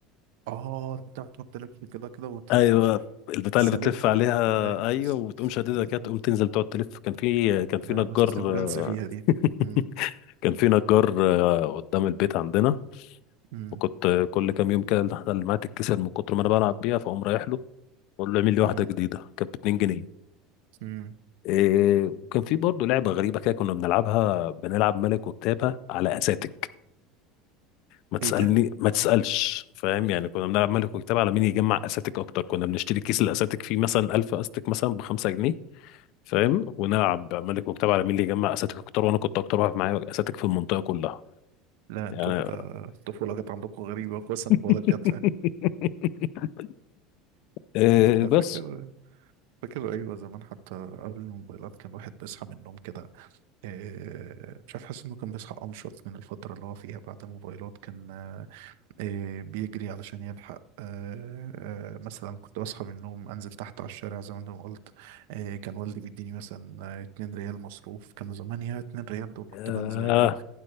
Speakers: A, on the right (about 70°); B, on the left (about 45°).
A: اه انت بتقعد تلف كده كده وتروح
B: ايوه
A: جايب
B: البتاع
A: سالتها
B: اللي بتلف عليها
A: دي ايوه
B: ايوه وتقوم شاددها
A: امم
B: كده تقوم تنزل تقعد تلف كان في كان في
A: ايوه
B: نجار
A: كنت برنس
B: آه،
A: فيها دي امم
B: <laughs> كان في نجار آه، قدام البيت عندنا
A: امم
B: وكنت آه، كل كام يوم كده النحله اللي معايا تتكسر من كتر ما انا بلعب بيها فاقوم رايح له واقول له اعمل لي واحده
A: امم
B: جديده كانت ب 2 جنيه
A: امم
B: إيه وكان في برضه لعبة غريبة كده كنا بنلعبها بنلعب ملك وكتابة على أساتك
A: <laughs>
B: ما تسألني
A: ايه ده
B: ما تسألش فاهم يعني كنا بنلعب ملك وكتابة على مين يجمع أساتك أكتر كنا بنشتري كيس الأساتك فيه مثلا 1000 أستك مثلا بخمسة جنيه فاهم ونلعب ملك وكتابة على مين اللي يجمع أساتك أكتر وأنا كنت أكتر واحد معايا أساتك في المنطقة كلها
A: لا
B: يعني
A: انتوا كده الطفوله جت عندكم غريبه كويس إن بقولك
B: <laughs>
A: جت
B: إيه
A: انا
B: بس
A: فاكر فاكر ايوه زمان حتى قبل الموبايلات كان الواحد بيصحى من النوم كده آه، مش عارف حاسس انه كان بيصحى انشط من الفتره اللي هو فيها بعد الموبايلات كان آه، آه، بيجري علشان يلحق آه، آه، مثلا كنت بصحى من النوم انزل تحت على الشارع زي ما انا قلت آه، كان والدي بيديني مثلا آه، 2 ريال مصروف كانوا زمان يا 2 ريال دول
B: آه
A: كنت بنزل اجيب